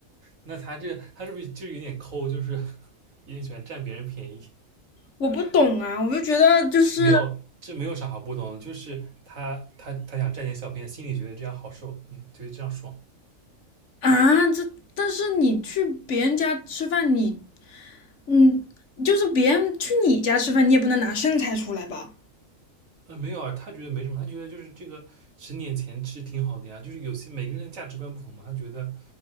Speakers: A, on the right; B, on the left.
A: 那他这他是不是就有点抠，就是有点喜欢占别人便宜？
B: 我不懂啊，我就觉得就是
A: 没有，这没有啥好不懂的，就是他他他想占点小便宜，心里觉得这样好受，嗯，觉得这样爽。
B: 啊，这但是你去别人家吃饭，你嗯，就是别人去你家吃饭，你也不能拿剩菜出来吧？
A: 呃，没有啊，他觉得没什么，他觉得就是这个十年前其实挺好的呀，就是有些每个人的价值观不同嘛，他觉得